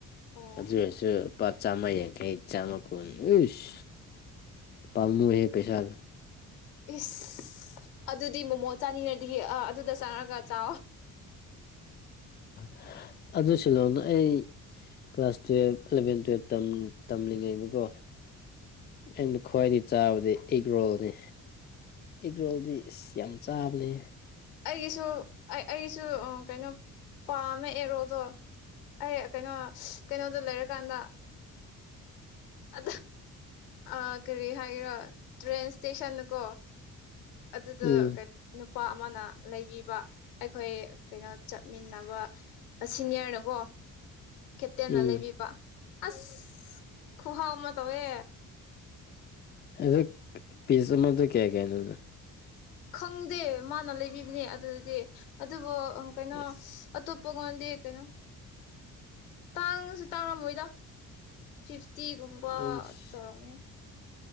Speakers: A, on the left (about 75°); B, on the left (about 25°).
A: ꯑꯣ
B: ꯑꯗꯨ ꯑꯣꯏꯔꯁꯨ ꯄ ꯆꯥ ꯑꯃ ꯌꯥꯡ ꯀꯦ ꯏꯆꯥ ꯑꯃ ꯀꯅꯤꯁ ꯄꯥꯝꯃꯨꯍꯦ ꯄꯦꯁꯥꯜ
A: ꯏꯁꯁ ꯑꯗꯨꯗꯤ ꯃꯣꯃꯣ ꯆꯥꯅꯤꯡꯉꯗꯤ ꯑꯗꯨ ꯆꯅꯒ ꯆ
B: <unintelligible> ꯑꯗꯨ ꯁꯤꯂꯣꯅ ꯑꯩ ꯀ꯭ꯂꯥꯁ ꯇꯨꯌꯦꯜꯞ ꯑꯦꯂꯚꯦꯟ ꯇꯨꯌꯦꯜꯞ ꯇꯝꯂꯤꯉꯩꯗꯀꯣ ꯑ ꯈ꯭ꯋꯥꯏꯔꯤ ꯆꯥꯕꯗꯤ ꯑꯦꯒ ꯔꯣꯜꯅꯤ ꯑꯦꯒ ꯔꯣꯜꯗꯤ ꯑ ꯌꯥꯝ ꯆꯥꯕꯅꯤ
A: ꯑꯩꯒꯤꯁꯨ ꯑꯩꯒꯤꯁꯨ ꯀꯩꯅꯣ ꯄꯥꯝꯃꯦ ꯑꯦꯔꯣꯗꯣ ꯑꯦ ꯀꯩꯅꯣ ꯀꯩꯅꯣꯗ ꯂꯩꯔꯀꯥꯟꯗ ꯑ ꯑ ꯀꯔꯤ ꯍꯥꯏꯈ꯭ꯔꯣ ꯇ꯭ꯔꯦꯟ ꯏꯁꯇꯦꯁꯟꯅꯨꯀꯣ ꯑꯗꯨꯗ
B: ꯎꯝ
A: ꯀꯩꯅ ꯅꯨꯄꯥ ꯑꯃꯅ ꯂꯩꯕꯤꯕ ꯑꯩꯈꯣꯏ ꯀꯩꯅꯣ ꯆꯠꯃꯤꯟꯅꯕ ꯁꯤꯅꯤꯌꯔꯅꯀꯣ ꯎ ꯀꯦꯞꯇꯦꯟꯅ
B: ꯎꯝ
A: ꯂꯩꯕꯤꯕ ꯑꯁ ꯈꯨꯍꯥꯎ ꯑꯃ ꯇꯧꯋꯦ
B: ꯑꯗꯣ ꯄꯤꯖꯥ ꯃꯗ ꯀꯌꯥ ꯀꯅꯣ
A: ꯈꯪꯗꯦ ꯃꯥꯅ ꯂꯩꯕꯤꯕꯅꯦ ꯑꯗꯨꯗꯤ ꯑꯗꯨꯕꯨ ꯀꯩꯅꯣ
B: ꯑꯁ
A: ꯑꯇꯣꯞ ꯄꯪꯉꯣꯟꯗꯦ ꯀꯩꯅꯣ ꯇꯥꯡꯉꯁꯨ ꯇꯥꯡꯉꯝꯃꯣꯏꯗ ꯁꯤ ꯇꯤꯒꯨꯝꯕ
B: ꯑꯩꯁ
A: ꯇꯧꯔꯝꯅꯤ